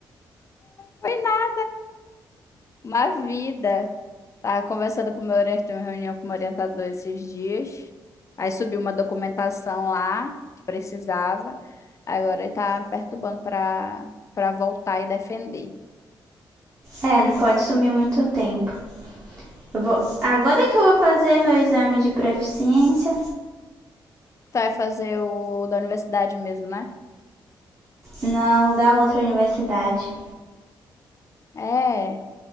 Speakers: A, on the left; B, on the right.
A: Foi na- uma vida. Tava conversando com o meu orientador, tem uma reunião com o meu orientador esses dias. Aí subiu uma documentação lá que precisava. Agora ele tá me perturbando para para voltar e defender.
B: É, não pode sumir muito tempo. Eu vou, agora que eu vou fazer meu exame de proficiência,
A: Tu vai fazer o da universidade mesmo, né?
B: não da outra universidade.
A: É,